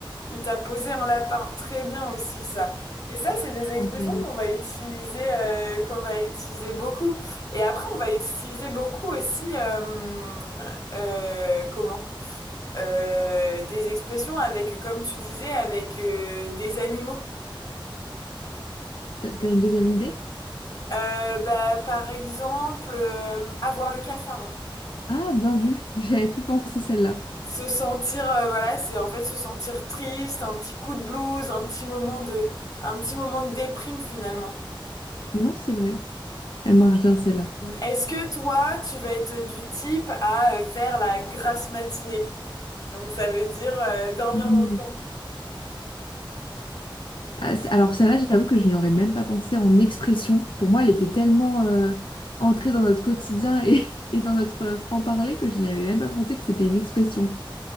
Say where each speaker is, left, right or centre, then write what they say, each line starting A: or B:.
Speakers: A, on the left; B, on the left.
A: Il t'a posé un lapin. Très bien aussi, ça. Mais ça, c'est des
B: Je
A: expressions
B: pense que c'est-
A: qu'on va utiliser, euh, qu'on va utiliser beaucoup. Et après, on va utiliser beaucoup aussi, euh, euh, comment? Euh, des expressions avec, comme tu disais, avec euh, des animaux.
B: t'as t'as une deuxième idée?
A: Euh, bah, par exemple, euh, avoir le cafard.
B: Ah, bien vu. <laughs> J'avais plus pensé celle-là.
A: Se sentir, euh, voilà, c'est en fait se sentir triste, un petit coup de blues, un petit moment de, un petit moment de déprime finalement.
B: Moi, c'est vrai. Elle marche bien, celle-là.
A: Est-ce que toi, tu vas être du type à euh, faire la grasse matinée? Donc ça veut dire euh, dormir
B: Mm.
A: longtemps.
B: Ah, c'est- Alors, celle-là, j'avoue que je n'y aurais même pas pensé en expression. Pour moi, elle était tellement euh, entrée dans notre quotidien et, <laughs> et dans notre euh, franc-parler que je n'y avais même pas pensé que c'était une expression.